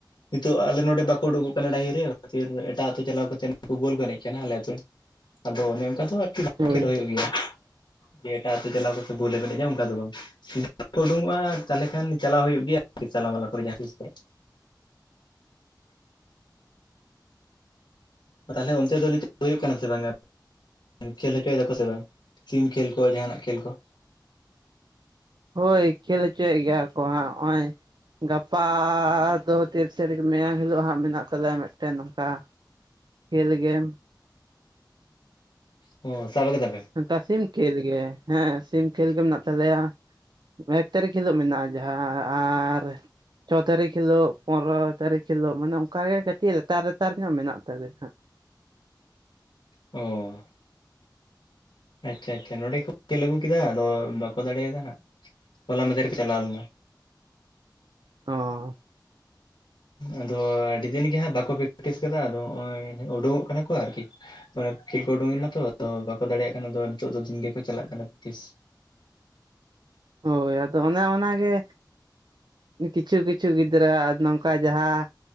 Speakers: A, on the left; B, on the right.
A: ᱱᱤᱛᱚᱜ ᱟᱞᱮ ᱱᱚᱸᱰᱮ ᱵᱟᱠᱚ ᱩᱰᱩᱠᱚᱜ ᱠᱟᱱᱟ ᱰᱟᱹᱦᱤ ᱨᱮ ᱠᱷᱟᱹᱛᱤᱨ ᱮᱴᱟᱜ ᱟᱹᱛᱩ ᱪᱟᱞᱟᱣ ᱠᱟᱛᱮᱫ ᱱᱩᱠᱩ ᱵᱚᱞ ᱠᱚ ᱮᱱᱮᱡ ᱠᱟᱱᱟ ᱟᱞᱮ ᱟᱹᱛᱩ ᱨᱮᱱ᱾ ᱟᱫᱚ ᱚᱱᱮ ᱚᱱᱠᱟ ᱫᱚ, ᱟᱨᱠᱤ
B: ᱦᱳᱭ
A: ᱠᱷᱮᱞ ᱦᱩᱭᱩᱜ ᱜᱮᱭᱟ, ᱡᱮ ᱮᱴᱟᱜ ᱟᱹᱛᱩ ᱪᱟᱞᱟᱣ ᱠᱟᱛᱮ ᱵᱳᱞᱮᱢ ᱮᱱᱮᱡ-ᱟ ᱚᱱᱠᱟ ᱫᱚ ᱵᱟᱝ᱾ ᱩᱰᱩᱝᱚᱜᱼᱟ ᱛᱟᱦᱚᱞᱮ ᱠᱷᱟᱱ ᱪᱟᱞᱟᱣ ᱦᱩᱭᱩᱜ ᱜᱮᱭᱟ ᱟᱨᱠᱤ <inaudible> ᱠᱚᱨᱮ ᱡᱟᱦᱟᱸ ᱛᱤᱥ ᱠᱚᱨᱮᱫ᱾ ᱛᱟᱦᱚᱞᱮ ᱚᱱᱛᱮ ᱫᱚ ᱱᱤᱛᱚᱜ ᱫᱚ ᱦᱩᱭᱩᱜ ᱠᱟᱱᱟ ᱥᱮ ᱵᱟᱝ ᱠᱷᱮᱞ ᱦᱚᱪᱚᱭ ᱫᱟᱠᱚ ᱥᱮ ᱵᱟᱝ? ᱥᱤᱢ ᱠᱷᱮᱞ ᱠᱚ ᱡᱟᱦᱟᱱᱟᱜ ᱠᱷᱮᱞ ᱠᱚ?
B: ᱦᱳᱭ ᱠᱷᱮᱞ ᱦᱚᱪᱚᱭᱮᱫ ᱜᱮᱭᱟ ᱠᱚ ᱦᱟᱸᱜ ᱱᱚᱜᱼᱚᱭ ᱜᱟᱯᱟ ᱫᱚ ᱛᱤᱨᱤᱥ ᱛᱟᱨᱤᱠᱷ ᱢᱮᱭᱟᱝ ᱦᱤᱞᱳᱜ ᱦᱟᱸᱜ ᱢᱮᱱᱟᱜ ᱛᱟᱞᱮᱭᱟ ᱢᱤᱫᱴᱮᱱ ᱱᱚᱝᱠᱟ ᱠᱷᱮᱞ ᱜᱮᱢ
A: ᱚ ᱥᱟᱵ ᱠᱟᱫᱟ ᱯᱮ?
B: ᱚᱱᱠᱟ ᱥᱤᱢ ᱠᱷᱮᱞ ᱜᱮ ᱦᱮᱸ ᱥᱤᱢ ᱠᱷᱮᱞ ᱜᱮ ᱢᱮᱱᱟᱜ ᱛᱟᱞᱮᱭᱟ᱾ ᱮᱠ ᱛᱟᱹᱨᱤᱠᱷ ᱦᱤᱞᱳᱜ ᱢᱮᱱᱟᱜᱼᱟ ᱡᱟᱦᱟᱸ ᱟᱨ ᱪᱷᱚ ᱛᱟᱨᱤᱠᱷ ᱦᱤᱞᱳᱜ ᱯᱚᱱᱮᱨᱚ ᱛᱟᱨᱤᱠᱷ ᱦᱤᱞᱳ ᱢᱟᱱᱮ ᱚᱱᱠᱟ ᱜᱮ ᱠᱟᱹᱴᱤᱡ ᱞᱟᱛᱟᱨ ᱞᱟᱛᱟᱨ ᱧᱚᱜ ᱢᱮᱱᱟᱜ ᱛᱟᱞᱮᱭᱟ ᱦᱟᱸᱜ᱾
A: ᱚᱻ ᱟᱪᱪᱷᱟ ᱟᱪᱪᱷᱟ ᱱᱚᱰᱮ ᱠᱚ ᱠᱷᱮᱞ ᱟᱹᱜᱩ ᱠᱮᱫᱟ ᱟᱫᱚ ᱵᱟᱠᱚ ᱫᱟᱲᱮᱭᱟᱫᱟ ᱱᱟᱸᱜ ᱦᱚᱞᱟ ᱢᱟᱫᱷᱮᱨ ᱨᱮ ᱠᱚ ᱪᱟᱞᱟᱣ ᱞᱮᱱᱟ ᱾
B: ᱚᱻ
A: ᱟᱫᱚ ᱟᱹᱰᱤ ᱫᱤᱱ ᱜᱮ ᱦᱟᱸᱜ ᱵᱟᱠᱚ ᱯᱮᱠᱴᱤᱥ ᱠᱟᱫᱟ ᱟᱫᱚ ᱱᱚᱜᱚᱭ ᱩᱰᱩᱠᱚᱜ ᱠᱟᱱᱟ ᱠᱚ ᱟᱨᱠᱤ᱾ ᱠᱷᱮᱞ ᱠᱚ ᱩᱰᱩᱠ ᱦᱳᱭ ᱞᱮᱱᱟ ᱛᱚ ᱵᱟᱠᱚ ᱫᱟᱲᱮᱭᱟᱜ ᱠᱟᱱᱟ ᱱᱤᱛᱚᱜ ᱫᱚ ᱫᱤᱱ ᱜᱮᱠᱚ ᱪᱟᱞᱟᱜ ᱠᱟᱱᱟ ᱯᱨᱮᱠᱴᱤᱥ ᱾
B: ᱦᱳᱭ ᱟᱫᱚ ᱚᱱᱮ ᱚᱱᱟᱜᱮ ᱠᱤᱪᱷᱩ ᱠᱤᱪᱷᱩ ᱜᱤᱫᱽᱨᱟᱹᱟᱜ ᱱᱚᱝᱠᱟ ᱡᱟᱦᱟᱸ